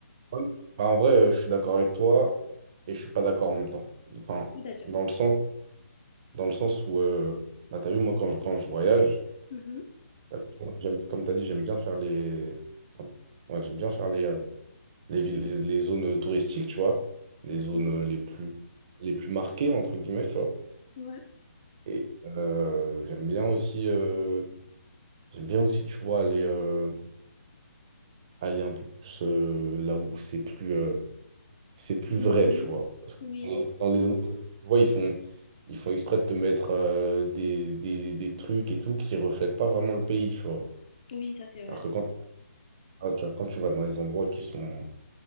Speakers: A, on the right; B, on the left.
A: Ouais. Bah, en vrai, euh, je suis d'accord avec toi et je suis pas d'accord en même temps. Enfin,
B: C'est-à-dire.
A: dans le sens, dans le sens où, euh, bah, t'as vu, moi, quand je, quand je voyage,
B: Mhm.
A: t'as vu, j'aime, comme t'as dit, j'aime bien faire les, enfin, ouais, j'aime bien faire les, euh, les villes, les, les zones touristiques, tu vois, les
B: Ok.
A: zones euh, les plus, les plus marquées, entre guillemets, tu vois.
B: Ouais.
A: Et euh, j'aime bien aussi, euh, j'aime bien aussi, tu vois, aller, euh, aller un peu plus euh, là où c'est plus, euh, c'est plus
B: Donc,
A: vrai,
B: on y-
A: tu vois. Parce que
B: Oui,
A: dans les dans les entreprises, tu vois, ils font, ils font exprès de te mettre euh, des, des, des trucs et tout qui reflètent pas vraiment le pays, tu vois.
B: oui, ça c'est vrai.
A: Alors que quand, ah, tu vois, quand tu vas dans les endroits qui sont,